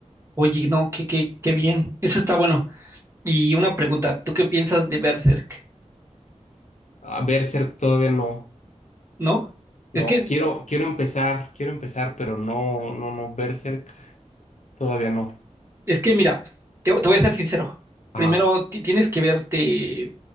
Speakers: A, on the right; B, on the left.
A: Oye, no, qué, qué, qué bien. Eso está bueno. Y una pregunta, ¿tú qué piensas de Berserk?
B: A Berserk todavía no,
A: ¿No?
B: no,
A: Es que,
B: quiero, quiero empezar, quiero empezar, pero no, no, no, Berserk todavía no.
A: es que mira, te, te voy a ser sincero.
B: Ajá,
A: Primero ti- tienes que verte